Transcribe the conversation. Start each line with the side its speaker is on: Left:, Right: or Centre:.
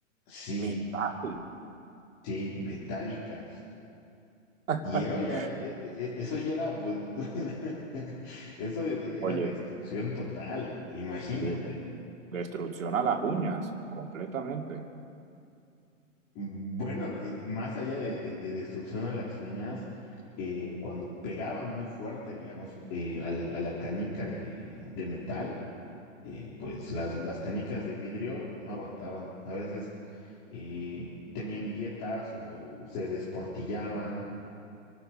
Left: Sí,
Right: mi padre,
Left: sí, metálicas.
Right: <laughs>
Left: Y era ya, e- e- e- eso ya era, pues, <laughs> eso e,
Right: oye,
Left: era destrucción total, imagínate.
Right: eh, destrucción a las uñas, completamente.
Left: Bueno, eh, más allá de, de- de destrucción a las uñas, eh, cuando pegaban muy fuerte, digamos, eh, al- a la canica de de metal, eh, pues las, las canicas de vidrio no aguantaban. A veces eh, tenían grietas o se desportillaban.